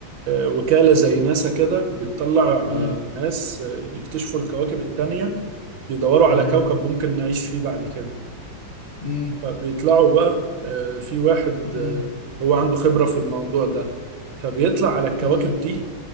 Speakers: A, on the right; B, on the left.
A: آه، وكاله زي ناسا كده بتطلع
B: مم.
A: آه، ناس آه، يكتشفوا الكواكب التانيه يدوروا
B: تمام
A: على كوكب ممكن نعيش فيه بعد كده
B: مم،
A: فبيطلعوا بقى آه، في واحد
B: مم،
A: آه، هو عنده خبره في الموضوع ده فبيطلع على الكواكب
B: مم،
A: دي